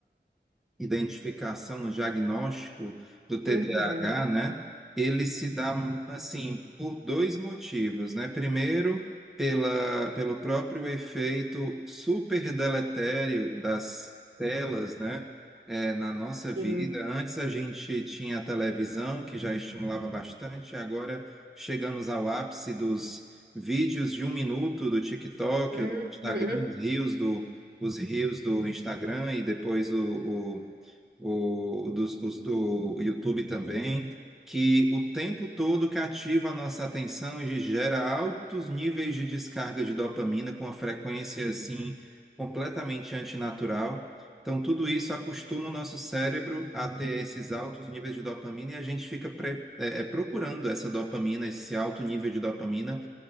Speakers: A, in the centre; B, on the right.
A: identificação, no diagnóstico do TDAH,
B: Uhum,
A: né? Ele se dá assim por dois motivos, né? Primeiro, pela, pelo próprio efeito super deletério das telas, né? É, na nossa vida.
B: sim.
A: Antes a gente tinha a televisão, que já estimulava bastante, agora chegamos ao ápice dos vídeos de um minuto do TikTok,
B: Uhum,
A: do Instagram, os rios do, os reels do Instagram e depois o, o, dos- os do YouTube também, que o tempo todo cativa a nossa atenção e gera altos níveis de descarga de dopamina com uma frequência assim completamente antinatural. Então, tudo isso acostuma o nosso cérebro a ter esses altos níveis de dopamina e a gente fica pre- é, é, procurando essa dopamina, esse alto nível de dopamina